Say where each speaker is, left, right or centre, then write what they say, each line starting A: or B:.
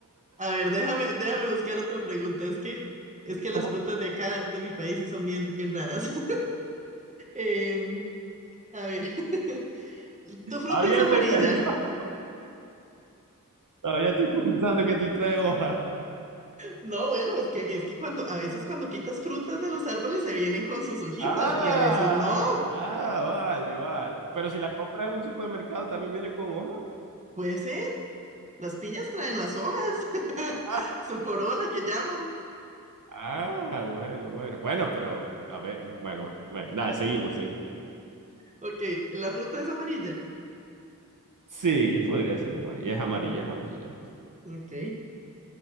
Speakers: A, on the right (about 20°); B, on the right (about 70°).
A: A ver, déjame, déjame buscar otra pregunta. Es que, es
B: <laughs>
A: que las
B: ¿Cómo?
A: frutas de acá, de mi país, sí son bien, bien raras. <laughs> Em, a ver, <laughs> ¿tu fruta
B: Todavía
A: es amarilla?
B: estoy pensando, todavía estoy pensando que sí trae hoja.
A: No, bueno, es que, es que cuando, a veces cuando quitas frutas de los árboles se vienen con sus hojitas
B: Ah,
A: y a veces no.
B: ah, vale, vale. Pero si la compras en un supermercado, ¿también viene con hoja?
A: Puede ser, las piñas traen las hojas, <laughs>
B: Ah,
A: su corona que llaman.
B: ah, bueno, bueno. Bueno, pero, a ver, bueno, bueno. bueno. Nada, seguimos, seguimos.
A: Ok, la fruta es amarilla.
B: Sí, podría ser amarilla. Es amarilla, es amarilla.
A: Ok.